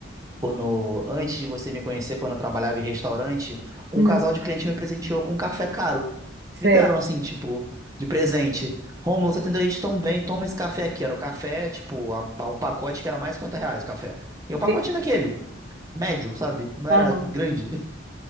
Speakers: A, on the right; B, on the right.
A: Quando, antes de você me conhecer, quando eu trabalhava em restaurante, um
B: hum,
A: casal de cliente me presenteou com um café caro.
B: certo.
A: Me deram assim, tipo, de presente. Rômulo, você atendeu a gente tão bem, toma esse café aqui. Era o café, tipo, a- um pacote que era mais de 50 reais o café. E o pacotinho
B: Que-
A: daquele, médio, sabe? Não
B: Aham,
A: era grande. <laughs>